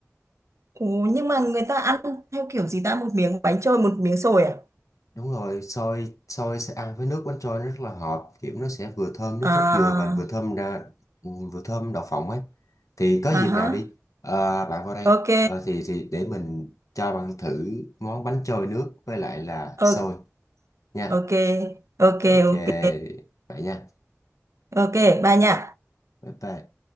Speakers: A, on the right (about 65°); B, on the left (about 85°).
A: Ồ, nhưng mà người ta ăn theo kiểu gì ta một miếng bánh trôi một miếng xôi à?
B: Đúng rồi, xôi xôi sẽ ăn với nước bánh trôi nó rất là hợp, kiểu nó sẽ vừa thơm nước
A: À,
B: cốt dừa và vừa thơm ra vừa thơm đậu phộng ấy. Thì có
A: à
B: dịp nào
A: ha.
B: đi, ờ, bạn vào đây
A: ok
B: ờ, thì thì để mình cho bạn thử món bánh trôi nước với lại là
A: ok
B: xôi nha.
A: ok ok
B: Ok,
A: ok
B: vậy nha.
A: ok bye nha
B: Bye bye.